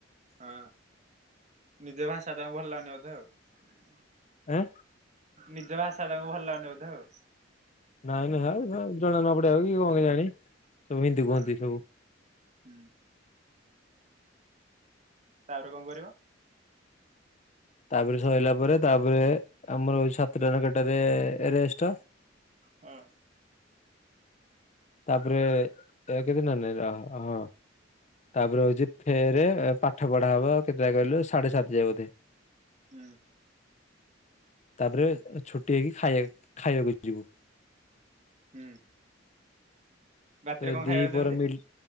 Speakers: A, on the right; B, on the left.
A: ହଁ ନିଜ ଭାଷା ତାଙ୍କୁ ଭଲ ଲାଗୁନେହିଁ ବୋଧେ ଆଉ।
B: ଆଁ।
A: ନିଜ ଭାଷା ତାଙ୍କୁ ଭଲ ଲାଗୁନେହିଁ ବୋଧେ ଆଉ।
B: ନାଇଁ ନାଇଁ ଜଣା ନ ପଡିବା କି କଣ କେଜାଣି ସବୁ ହିନ୍ଦୀ
A: ହଁ
B: କୁହନ୍ତି ସବୁ।
A: ହୁଁ। ତାପରେ କଣ କରିବ?
B: ତାପରେ ସଇଲା ପରେ ତାପରେ ଆମର ସାତଟାରେ କେତେଟାଯାଏ ରେଷ୍ଟ।
A: ହଁ।
B: ତାପରେ ଏକେ ଦିନ ନନେରହ ହଁ। ତାପରେ ହଉଚି ଫେରେ ପାଠ ପଢା ହବ କେତେଟା କହିଲୁ ସାଢେ ସାତ୍ ଯାଏ ବୋଧେ।
A: ହୁଁ।
B: ତାପରେ ଛୁଟି ହେଇକି ଖାଇ ଖାଇବାକୁ ଯିବୁ।
A: ହୁଁ। ରାତିରେ
B: ତତେ
A: କଣ
B: ଦିହିପହର୍
A: ଖାଇବାକୁ ଦିଅନ୍ତି?
B: ମିଲ୍